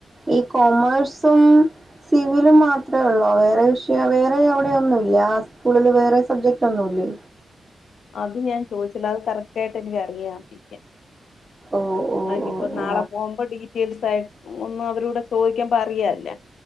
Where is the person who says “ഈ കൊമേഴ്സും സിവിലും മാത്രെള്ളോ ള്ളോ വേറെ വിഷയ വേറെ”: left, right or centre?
Right